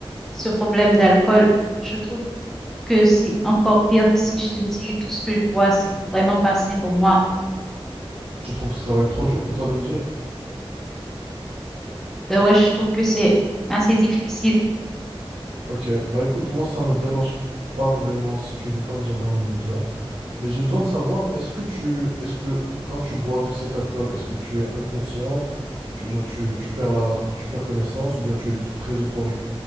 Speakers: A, in the centre; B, on the right.
A: ce problème d'alcool, je trouve que c'est encore pire que si je te dis tout ce que je vois. c'est vraiment pas sain pour moi.
B: Tu trouves que ça va être trop dur pour toi de me dire?
A: Ben ouais, je trouve que c'est assez difficile.
B: Ok, bah écoute, moi ça me dérange pas vraiment si tu ne veux pas me dire dans l'immédiat, mais j'ai besoin de savoir, est-ce que tu, est-ce que quand tu bois tout cet alcool, est-ce que tu es inconsciente, tu, genre tu, tu perds la, tu perds connaissance, ou bien tu es juste très euphorique